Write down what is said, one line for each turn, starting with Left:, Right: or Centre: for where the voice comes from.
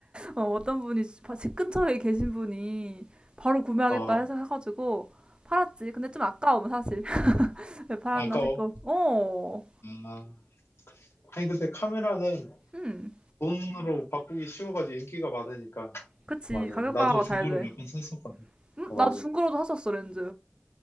Right: 어, 어떤 분이 집 바- 집 근처에 계신 분이 바로 구매하겠다
Left: 어,
Right: 해서 해가지고 팔았지. 근데 좀 아까움 사실. <laughs> 왜 팔았나
Left: 아까워.
Right: 싶고. 어,
Left: 아. 아니, 근데 카메라는
Right: 음,
Left: 돈으로 바꾸기 쉬워가지고 인기가 많으니까.
Right: 그치.
Left: 맞아.
Right: 가격
Left: 나도
Right: 방어가
Left: 중고로
Right: 잘 돼.
Left: 몇 번 샀었거든.
Right: 음,
Left: 어,
Right: 나도
Left: 맞아.
Right: 중고로도 샀었어 렌즈.